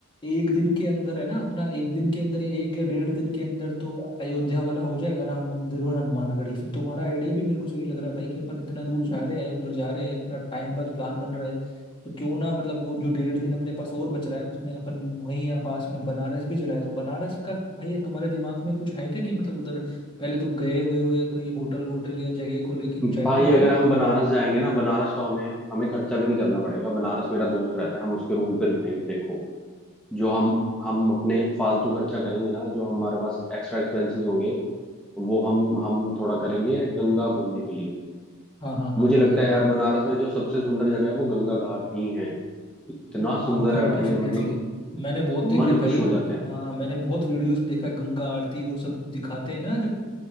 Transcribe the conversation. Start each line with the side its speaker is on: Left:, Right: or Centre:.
Left: एक दिन के अंदर है ना अपना एक दिन के अंदर या एक या डेढ़ दिन के अंदर तो अयोध्या वाला हो जाएगा राम मंदिर और हनुमानगढ़ी फिर तुम्हारा आइडिया भी मेरे को सही लग रहा है भाई कि अपन इतना दूर जा रहे हैं उधर जा रहे हैं इतना टाइम बाद प्लान बन रहा है तो क्यों ना मतलब वो जो डेढ़ दिन अपने पास और बच रहा है उसमें अपन वहीं यहाँ पास में बनारस भी चलाए तो बनारस का भाई तुम्हारे दिमाग में कुछ है क्या कि मतलब उधर पहले तुम गए हुए हो या कोई होटल वोटल या जगह को लेके कुछ
Centre: भाई
Left: आइडिया
Centre: अगर
Left: है
Centre: हम बनारस जाएंगे ना बनारस तो हमें हमें खर्चा भी नहीं करना पड़ेगा बनारस मेरा दोस्त रहता है हम उसके रूम पे रुकेंगे देखो जो हम हम अपने फालतू खर्चा करेंगे ना जो हमारे पास एक्स्ट्रा एक्सपेंसेस होंगे वो हम हम थोड़ा करेंगे गंगा घूमने के लिए
Left: हाँ हाँ हाँ
Centre: मुझे
Left: हाँ
Centre: लगता
Left: भाई
Centre: है यार बनारस में जो सबसे सुंदर जगह है वो गंगा घाट ही है इतना
Left: हाँ
Centre: सुंदर
Left: भाई
Centre: है भाई
Left: डेफिनेटली
Centre: मतलब
Left: मैंने बहुत देखा
Centre: मन
Left: है भाई
Centre: खुश हो
Left: वो
Centre: जाते हैं
Left: हाँ मैंने बहुत वीडियोस में देखा है, गंगा आरती और सब दिखाते हैं ना जब